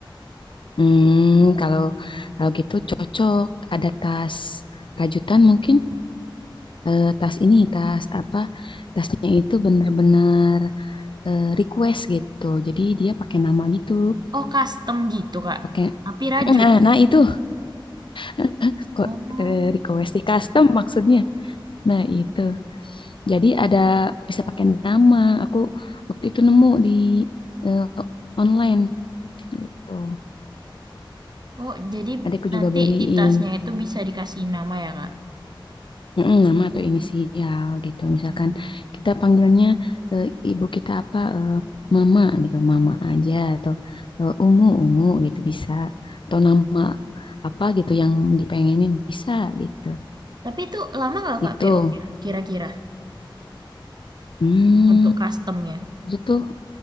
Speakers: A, on the left (about 70°); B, on the right (about 55°).
A: Hmm, kalau kalau gitu cocok. Ada tas rajutan mungkin. Eh, tas ini, tas apa? Tasnya itu bener-bener eh, request gitu. Jadi dia pakai nama gitu.
B: Oh, custom gitu, Kak.
A: Pakai
B: Tapi rajut
A: Nah,
B: ini.
A: nah itu <laughs> Kok
B: Oh.
A: eh, request di custom maksudnya. Nah, itu. Jadi ada bisa pakai nama. Aku waktu itu nemu di eh, online gitu.
B: Oh, jadi
A: Adikku
B: nanti
A: juga beliin.
B: di tasnya itu bisa dikasih nama ya, Kak?
A: Mm-mm, nama atau inisial gitu. Misalkan
B: Hmm.
A: kita panggilnya eh, ibu kita apa eh, mama gitu, mama aja atau eh, umu umu gitu bisa. Atau nama apa gitu yang dipengenin bisa gitu.
B: Tapi itu lama nggak,
A: Itu.
B: Kak, PO-nya kira-kira
A: Hmm,
B: untuk customnya?
A: itu tuh